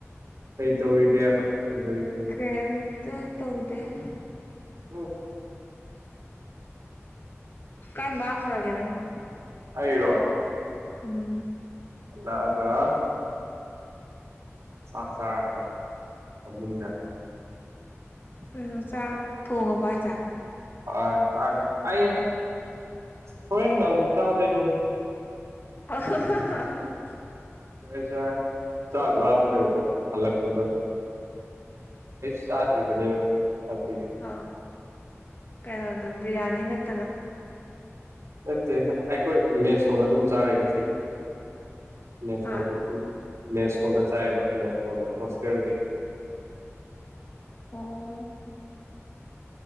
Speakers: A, on the right (about 70°); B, on the left (about 45°).
A: ꯀꯩꯇꯧꯔꯤꯒꯦꯕ ꯀꯩꯗꯧꯔꯤꯒꯦꯕ
B: ꯀꯩꯝꯇ ꯇꯧꯗꯦ
A: <unintelligible>
B: ꯀꯥꯏ ꯃꯥꯡꯉꯨꯔꯒꯦ ꯅꯪꯕꯣ
A: ꯑꯩꯔꯣ
B: ꯎꯝ
A: ꯍꯥꯂꯛꯑꯒ ꯆꯥꯛ ꯆꯥꯔꯒ ꯐꯥꯃꯨꯡꯗ
B: ꯀꯩꯅꯣ ꯆꯥꯛ ꯊꯣꯡꯉꯕꯣ ꯍꯥꯏꯖꯦ
A: ꯑꯥ ꯇꯥꯗ꯭ꯔꯤ ꯑꯩꯍꯦ ꯍꯨꯔꯦꯟ ꯅꯨꯝꯗꯥꯡ ꯑꯃꯨꯛ ꯆꯥꯗꯣꯏꯅꯦ
B: <unintelligible>
A: <unintelligible> ꯆꯥꯛ ꯂꯥꯝꯕꯩ ꯍꯜꯂꯛꯄꯥꯗꯀꯣ ꯆꯥꯗ꯭ꯔꯤꯕꯅꯦꯕ <unintelligible>
B: ꯑꯥꯎ ꯀꯩꯅꯣꯗꯣ ꯕꯤꯔꯌꯥꯅꯤ ꯅꯠꯇꯅ
A: ꯅꯠꯇꯦꯗ ꯑꯩꯈꯣꯏ ꯃꯦꯁ ꯍꯣꯜ ꯑꯗꯨꯝ ꯆꯥꯔꯦ ꯉꯁꯤꯗꯤ ꯃꯦꯁ
B: ꯍꯥ
A: ꯍꯣꯜꯗ ꯑꯗꯨꯝ ꯃꯦꯁꯍꯣꯜꯗ ꯆꯥꯏꯑꯕ ꯃꯦꯁꯍꯣꯜꯗ ꯍꯣꯁꯇꯦꯜꯒꯤ
B: ꯑꯣ